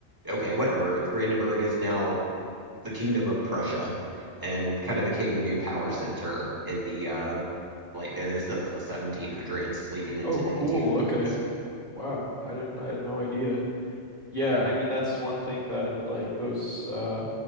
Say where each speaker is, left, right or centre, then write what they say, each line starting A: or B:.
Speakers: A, on the right (about 20°); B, on the right (about 35°).
A: okay, whatever. Brandenburg is now the kingdom of Prussia and kind of became the new power center in the uh like I guess that's the 1700s leading into
B: Oh, cool.
A: the 1800s.
B: Okay. Wow. I didn't, I had no idea. Yeah, I mean that's one thing that like those uh